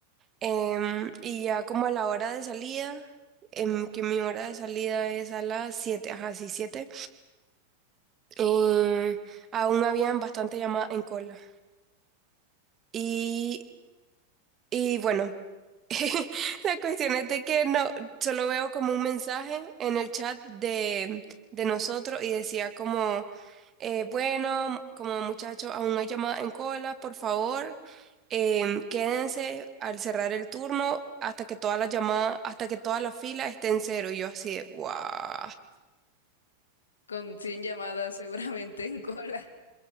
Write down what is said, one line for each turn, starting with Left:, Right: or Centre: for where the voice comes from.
Right: Em, y ya como a la hora de salida, em, que mi hora de salida es a las siete ajá, sí, siete eh, aún habían bastante llamada en cola. Y, y bueno, <laughs> La cuestión es de que no, solo veo como un mensaje en el chat de, de nosotros y decía como, eh, bueno, como muchachos, aún no hay llamadas en cola, por favor, em, quédense al cerrar el turno hasta que todas las llamadas, hasta que toda la fila esté en cero. Y yo así de, what?
Left: Con 100 llamadas <laughs> seguramente en cola.